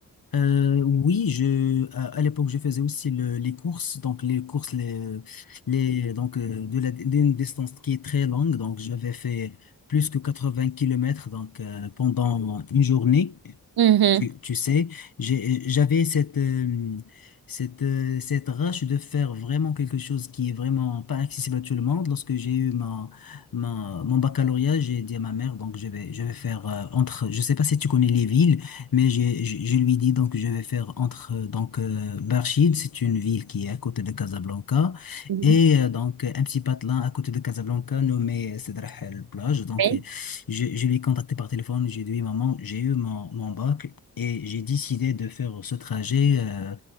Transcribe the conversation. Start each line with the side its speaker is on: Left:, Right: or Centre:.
Left: Euh, oui, je, à à l'époque, je faisais aussi le- les courses, donc les courses, les, les, donc euh, de la, d'une distance qui est très longue, donc j'avais fait plus que 80 kilomètres donc euh, pendant une journée.
Right: Mhm.
Left: Tu, tu sais, j'ai- j'avais cette, euh, cette, euh, cette rage de faire vraiment quelque chose qui est vraiment pas accessible à tout le monde. Lorsque j'ai eu ma, ma- mon baccalauréat, j'ai dit à ma mère, donc je vais, je vais faire euh, entre, je sais pas si tu connais les villes, mais j'ai, je, je lui dis donc je vais faire entre, euh, donc euh, Barchid, c'est une ville qui est à côté de Casablanca,
Right: Mhm.
Left: et euh, donc un petit patelin à côté de Casablanca nommé Sedrah el Plage. Donc
Right: Oui.
Left: euh, je, je l'ai contacté par téléphone, j'ai dit, oui, maman, j'ai eu mon, mon bac. Et j'ai décidé de faire ce trajet euh,